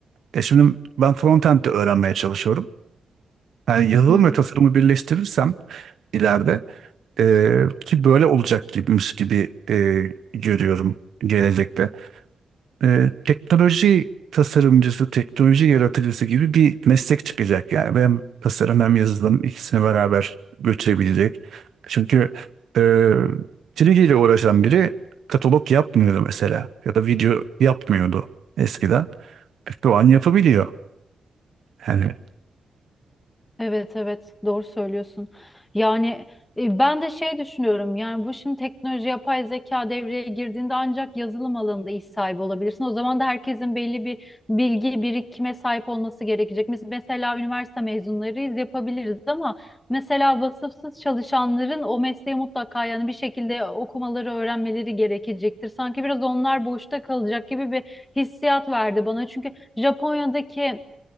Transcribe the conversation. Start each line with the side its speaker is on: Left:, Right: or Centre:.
Right: e şimdi ben frontend de öğrenmeye çalışıyorum. Yani yazılım
Left: Hı hı.
Right: ve tasarımı birleştirirsem ileride e, ki böyle olacak gibimiz gibi e, görüyorum gelecekte. e, teknoloji tasarımcısı, teknoloji yaratıcısı gibi bir meslek çıkacak. Yani hem tasarım hem yazılım ikisini beraber götürebilecek. Çünkü e, çizgiyle uğraşan biri katalog yapmıyordu mesela ya da video yapmıyordu eskiden. E, Şu an yapabiliyor. Yani
Left: Evet evet doğru söylüyorsun. Yani e, ben de şey düşünüyorum yani bu şimdi teknoloji yapay zeka devreye girdiğinde ancak yazılım alanında iş sahibi olabilirsin. O zaman da herkesin belli bir bilgi birikime sahip olması gerekecek. Mes- Mesela üniversite mezunlarıyız yapabiliriz ama mesela vasıfsız çalışanların o mesleği mutlaka yani bir şekilde okumaları öğrenmeleri gerekecektir. Sanki biraz onlar boşta kalacak gibi bir hissiyat verdi bana. Çünkü Japonya'daki